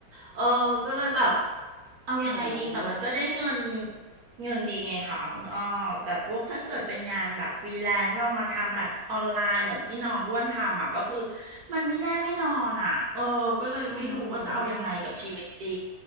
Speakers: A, on the right; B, on the left.
A: เออก็เลยแบบเอายังไงดีแต่มันก็ได้เงิน
B: โอ้โห
A: เงินดีไงค่ะคุณอ้อแต่พวกถ้าเกิดเป็นงานแบบฟรีแลนซ์เรามาทำแบบออนไลน์เหมือนที่น้องอ้วนทำอ่ะก็คือมันไม่แน่ไม่นอนอ่ะเออก็เลยไม่รู้ว่าจะเอายังไงกับชีวิตดี
B: อืม